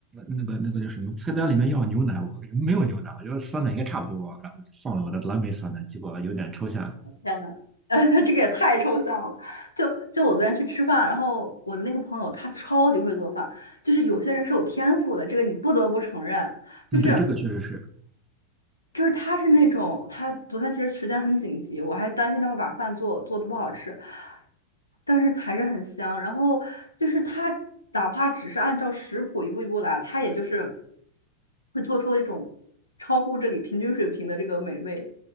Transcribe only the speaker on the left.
天呐，<laughs> 这个也太抽象了。就就我昨天去吃饭，然后我的那个朋友他超级会做饭，就是有些人是有天赋的，这个你不得不承认。
就是
就是他是那种，他昨天其实时间很紧急，我还担心他会把饭做做的不好吃，但是还是很香。然后就是他哪怕只是按照食谱一步一步来，他也就是会做出一种超乎这里平均水平的这个美味。